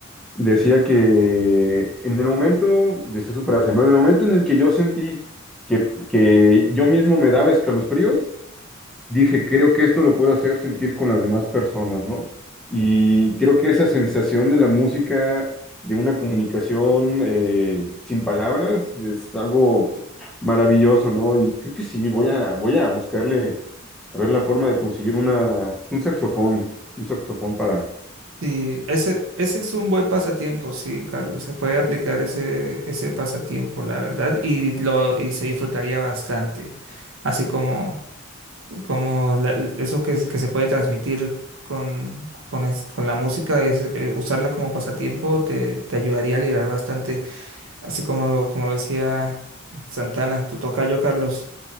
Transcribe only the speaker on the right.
Sí, ese, ese es un buen pasatiempo, sí, Carlos. Se puede aplicar ese, ese pasatiempo, la verdad, y lo, y se disfrutaría bastante. Así como, como la- l- eso que, es- que se puede transmitir con, con, es- con la música, es, eh, usarla como pasatiempo te, te ayudaría a liberar bastante. Así como lo, como lo decía Santana, tu tocayo, Carlos.